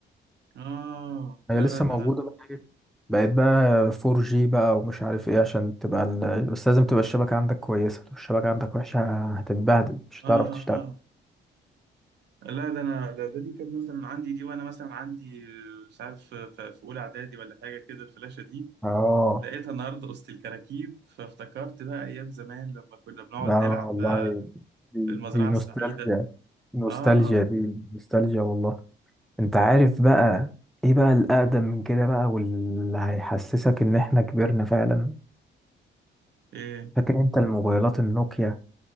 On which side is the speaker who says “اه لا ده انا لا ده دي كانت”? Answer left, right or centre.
Right